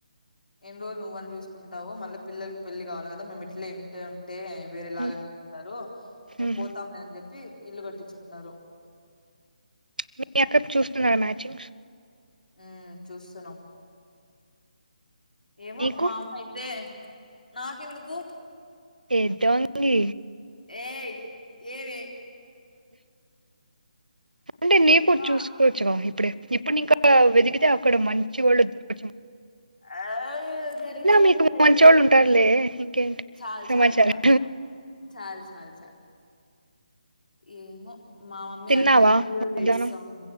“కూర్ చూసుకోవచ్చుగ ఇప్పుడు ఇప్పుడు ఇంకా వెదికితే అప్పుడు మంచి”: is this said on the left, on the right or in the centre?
Right